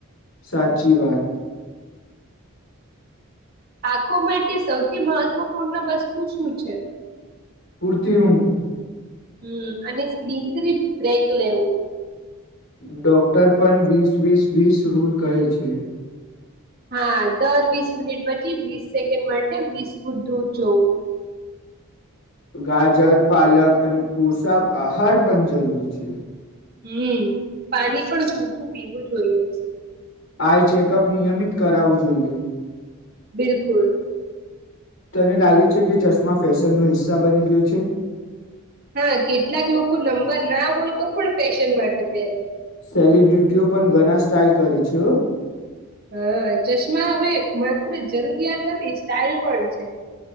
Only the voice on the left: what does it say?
સાચી વાત.
પૂરતી ઊંઘ.
ડોક્ટર પણ વીસ-વીસ-વીસ રૂલ કહે છે.
ગાજર, પાલક અને પોષક આહાર પણ જરૂરી છે.
આઈ ચેકઅપ, નિયમિત કરાવવું જોઈએ.
તને લાગે છે, કે ચશ્મા ફેશનનો હિસ્સા, બની ગયો છે?
સેલિબ્રિટીઓ પણ ઘણા સ્ટાઇલ, કરે છે.